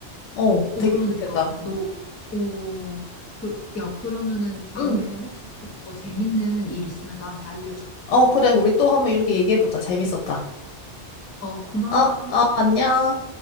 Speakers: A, on the left; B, on the left.
A: 어,
B: 오,
A: 되게
B: 그러니까
A: 유익했다.
B: 너 오, 그, 야, 그러면은 다음에
A: 응.
B: 혹시 또 더 재밌는 일 있으면 나한테 알려줘.
A: 어, 그래. 우리 또 한번 이렇게 얘기해보자. 재밌었다.
B: 어, 고마워.
A: 어, 어, 안녕.